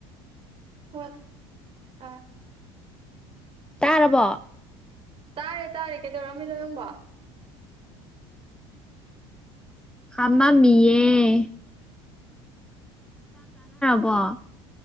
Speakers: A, on the right (about 40°); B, in the centre.
A: ꯐꯠ ꯑꯥ
B: ꯇꯥꯔꯔꯕꯣ
A: ꯇꯥꯔꯦ ꯇꯥꯔꯦ ꯀꯩꯗꯧꯔꯛꯝꯃꯤꯅꯣ ꯅꯪꯕ
B: ꯊꯃꯃꯤꯌꯦꯦ ꯋꯥ